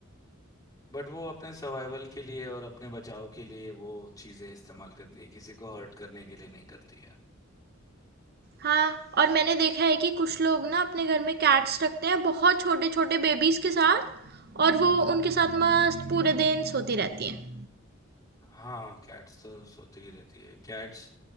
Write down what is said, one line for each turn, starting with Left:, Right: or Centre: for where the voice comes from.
Left: बट वो अपने सर्वाइवल के लिए और अपने बचाव के लिए वो चीज़ें इस्तेमाल करती है किसी को हर्ट करने के लिए नहीं करती है
Right: हाँ और मैंने देखा है कि कुछ लोग ना अपने घर में कैट्स रखते हैं बहुत छोटे छोटे बेबीज़ के साथ और वो उनके साथ मस्त पूरे दिन सोती रहती हैं
Left: हाँ कैट्स तो सोती ही रहती है कैट्स